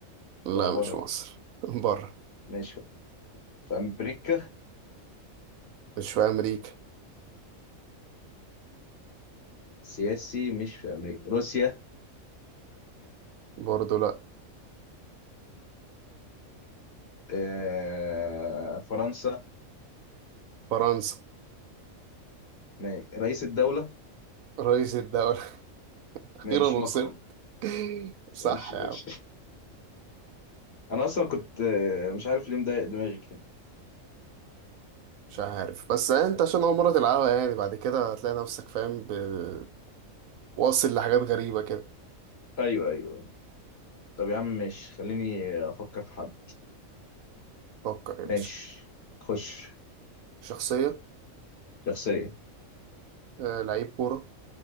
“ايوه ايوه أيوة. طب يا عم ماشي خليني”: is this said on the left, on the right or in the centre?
Left